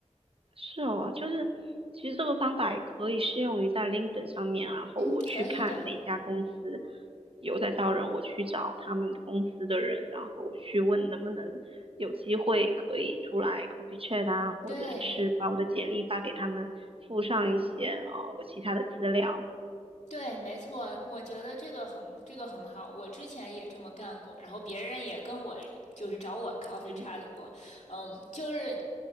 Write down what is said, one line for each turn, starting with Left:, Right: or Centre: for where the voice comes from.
Right: 是哦，就是其实这个方法也可以适用于在 LinkedIn 上面，然后我去看哪家公司
Left: 嗯，可以的。
Right: 有在招人，我去找他们公司的人，然后我去问能不能有机会可以出来 coffee chat 啊，或者是把我的简历发给他们，
Left: 对
Right: 附上一些呃我其他的资料，
Left: 对，没错，我觉得这个很这个很好，我之前也这么干过，然后别人也跟我就是找我 coffee
Right: 嗯
Left: chat 过，嗯，就是